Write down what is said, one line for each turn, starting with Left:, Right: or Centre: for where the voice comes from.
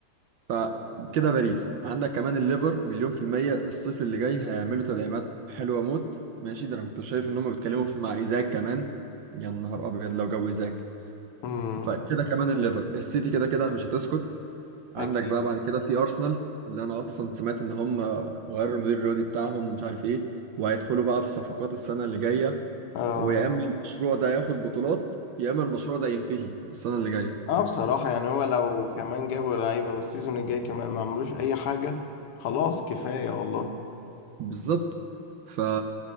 Right: فكده باريس عندك كمان الليفر مليون في المية الصيف اللي جاي هيعملوا تدعيمات حلوة موت ماشي ده انا كنت شايف ان هم بيتكلموا في مع ايزاك كمان يا نهار ابيض لو جو ايزاك
Left: مم.
Right: فكده كمان الليفر السيتي كده كده مش هتسكت عندك
Left: اكيد
Right: بقى بعد كده في ارسنال اللي انا اصلا سمعت ان هم غيروا المدير الرياضي بتاعهم مش عارف ايه وهيدخلوا بقى في صفقات السنة اللي جاية
Left: اه
Right: ويا اما المشروع ده ياخد بطولات يا اما المشروع ده ينتهي السنة اللي جاية
Left: اه بصراحة يعني هو لو كمان جابوا لعيبة والسيزون الجاي كمان ما عملوش اي حاجة خلاص كفاية والله
Right: بالظبط ف